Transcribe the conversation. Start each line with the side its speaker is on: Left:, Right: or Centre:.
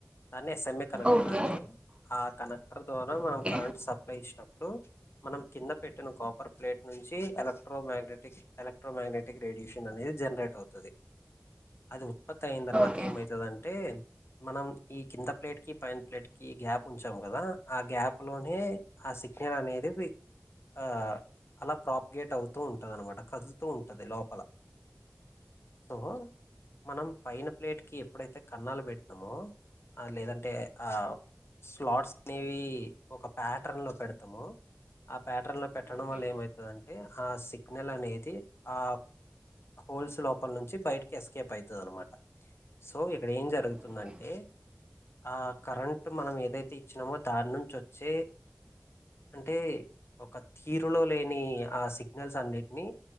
Left: దాన్ని సెమీకనెక్టర్
Right: ఓకే
Left: అంటారు ఆ కనెక్టర్ ద్వారా మనం
Right: ఓకే
Left: కరెంట్ సప్లై ఇచ్చినాం. ఇప్పుడు మనం కింద పెట్టిన కాపర్ ప్లేట్ నుంచి ఎలక్ట్రోమ్యాగ్నెటిక్, ఎలక్ట్రోమ్యాగ్నెటిక్ రేడియేషన్ అనేది జనరేట్ అవుతుంది అది. ఉత్పత్తియిన తర్వాత
Right: ఓకే
Left: ఏమవుతుందింటే? మనం ఈ కింద ప్లేట్ కి పైన ప్లేట్ కి గ్యాప్ ఉంచ్ తము కదా ఆ గ్యాప్ లోనే ఆ సిగ్నల్ అనేది ఆ అలా ప్రాపిగేట్ అవుతూ ఉంటంది అనమాట, కదులుతూ ఉంటంది లోపల సో మనం పైన ప్లేట్ కి ఎప్పుడైతే కన్నాలు పెట్టినామో లేదంటే ఆ స్లాట్స్ అనేవి ఒక ప్యాటర్న్ లో పెడతాము ఆ ప్యాటర్న్ లో పెట్టడం
Right: ఓకే
Left: వల్ల ఏమవుతుందంటే ఆ సిగ్నల్ అనేది ఆ హోల్స్ లోపల నుంచి బయటకి ఎస్కేప్ అవుతుంది అనమాట. సో ఇక్కడ ఏం జరుగుతుందంటే,
Right: ఓకే
Left: ఆ కరెంట్ మనం ఎ! ఏదైతే ఇచ్చినామో దాని నుంచి వచ్చే అంటే ఒక తీరులో లేని ఆ సిగ్నల్స్ అన్నిటిని